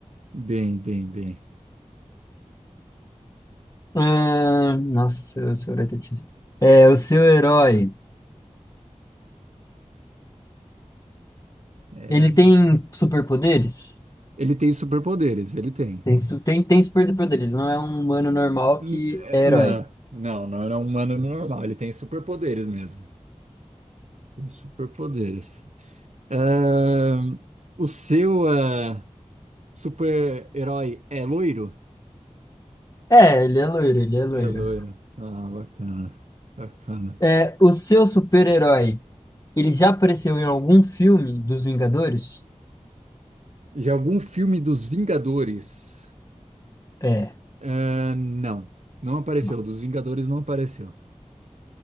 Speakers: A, on the right; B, on the left.
A: Bem, bem, bem.
B: Ah, nossa, o seu herói tá difícil. É, o seu herói.
A: É,
B: Ele tem superpoderes?
A: ele tem superpoderes, ele tem.
B: Tem, su- tem, tem superpoderes, não é um humano normal
A: N-
B: que
A: é,
B: é
A: Não,
B: herói.
A: não, não era um humano normal. Ele tem superpoderes mesmo. Tem superpoderes. Ahn, o seu ah, super-herói é loiro?
B: É, ele é loiro, ele é loiro.
A: É loiro. Ah, bacana. Bacana.
B: É, o seu super-herói. Ele já apareceu em algum filme dos Vingadores?
A: De algum filme dos Vingadores?
B: É,
A: Ahn, não, não apareceu.
B: não.
A: Dos Vingadores não apareceu.